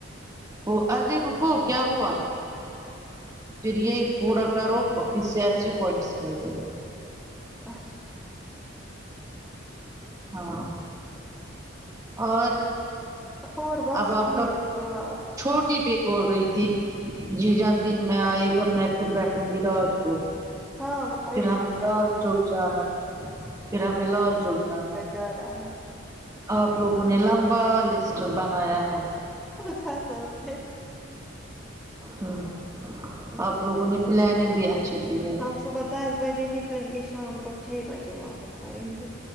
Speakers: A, on the right; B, in the centre.
A: وہ ارے رکو کیا ہوا پھر یہ پورا کرو پی سے اچھے پوائنٹس ملتے ہیں
B: اس
A: ہاں اور
B: اور بس
A: اب آپ
B: ٹھیک
A: کا
B: دعا
A: چھوٹی بی بول رہی تھی جی جان دن میں آئ تو میں پھر بیٹھوں گی رات کو
B: ہاں وہ
A: پھر
B: ایک
A: ہمیں
B: ہی ساتھ
A: لال
B: آئیں
A: چوک
B: گے
A: جانا پھر ہمیں لال چوک جانا
B: جا نا ہے
A: آپ لوگوں نے لمبا لسٹ بنایا ہے
B: قسم سے
A: ہوں آپ لوگوں نے پلاننگ بھی اچھی کی ہے
B: ہم صبح دس بجے نکلیں گے شام کو چھ بجے واپس آئیں گے